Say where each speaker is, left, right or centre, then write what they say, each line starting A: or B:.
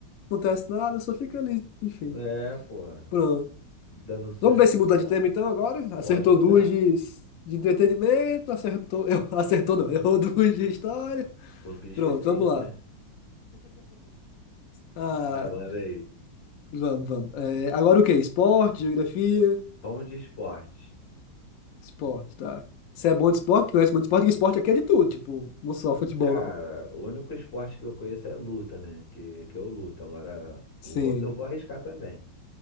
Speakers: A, on the left; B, on the left.
A: acontece nada, só fica ali, enfim.
B: É, pô.
A: Pronto.
B: Dando um susto
A: Vamos ver
B: com
A: se muda
B: sombra.
A: de tema então agora. Acertou
B: Pode mudar.
A: duas de, de entretenimento, acertou. Eu, <laughs> acertou não, errou duas de história.
B: Pô, podia esquecer
A: Pronto, vamos
B: isso,
A: lá.
B: né?
A: Ah,
B: Vai, manda aí.
A: Vamos, vamos. É, agora o quê? Esporte, geografia?
B: Pão de esporte.
A: Esporte, tá. Você é bom de esporte? Conhece muito esporte? Porque esporte aqui é de tudo, tipo, não só futebol,
B: Cara,
A: não.
B: o único esporte que eu conheço é luta, né? Que, que eu luto. Agora, o
A: Sim.
B: outro eu vou arriscar também.